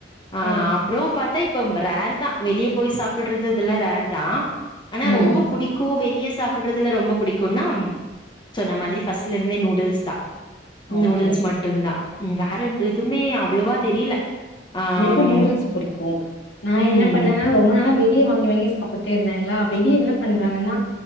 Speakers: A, on the left; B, on the left.
A: ஆ
B: ம்
A: அப்றோ பாத்தா இப்பம் ரேருதா வெளிய போய் சாப்புடறது இதெல்லா ரேருதா ஆனா
B: ம்
A: ரொம்பொ புடிக்கு வெளிய சாப்புடறதுல ரொம்பொ புடிக்குன்னா சொன்ன மாதிரி ஃபஸ்ட்ல இருந்தே நூடுல்ஸ்தா
B: ஓகே
A: நூடுல்ஸ்
B: ஓகே
A: மட்டுந்தா ம் வேறெண்டு எதுமே அவ்ளோவா தெரில ஆம்
B: சின்ன பு நூடுல்ஸ் புடிக்கு நா
A: ம்
B: என்ன பண்ணனா ரொம்ப நாளா வெயிட் வெளிய வாங்கி வாங்கி சாப்புட்டே இருந்தாங்ளா வெளிய என்ன பண்றாங்கன்னா